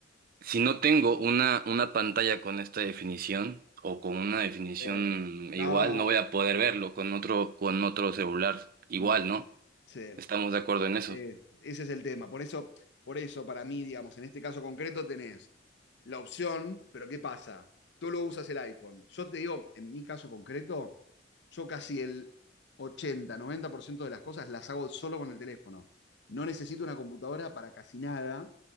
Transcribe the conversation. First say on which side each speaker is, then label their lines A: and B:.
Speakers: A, on the right; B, on the left.
A: si no tengo una, una pantalla con esta definición o con una definición
B: Eh, No,
A: igual, no voy a poder verlo con otro, con otro celular igual,
B: no.
A: ¿no?
B: Sí.
A: Estamos de acuerdo en eso.
B: Eh, ese es el tema. Por eso, por eso, para mí, digamos, en este caso concreto tenés la opción, pero ¿qué pasa? Tú lo usas el iPhone. Yo te digo, en mi caso concreto, yo casi el ochenta noventa por ciento de las cosas las hago solo con el teléfono. No necesito una computadora para casi nada.